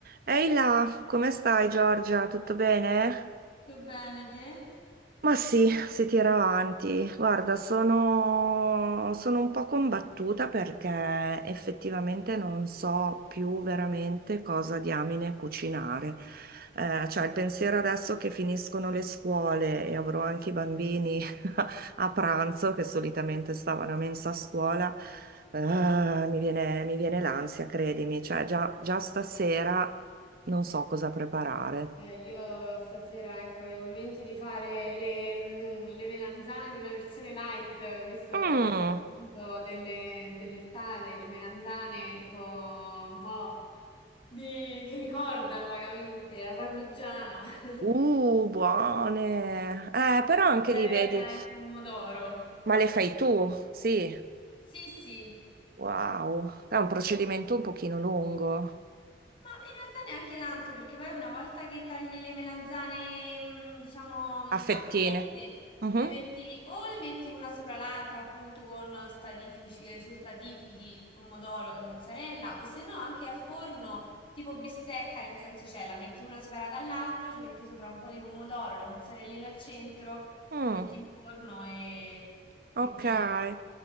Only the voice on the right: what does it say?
Ehi là, come stai Giorgia? Tutto bene?
Ma sì, si tira avanti. Guarda, sono, sono un po' combattuta perché effettivamente non so più veramente cosa diamine cucinare. Eh, cioè, il pensiero adesso che finiscono le scuole e avrò anche i bambini a pranzo, che solitamente stavano a mensa a scuola, ah, mi viene, mi viene l'ansia, credimi. Cioè, già, già stasera non so cosa preparare.
Mm.
Uh, buone. Eh, però anche
lì vedi,
ma le fai tu? Sì.
Wow. È un procedimento un pochino lungo.
A fettine.
Mhm.
Mm.
Ok,
io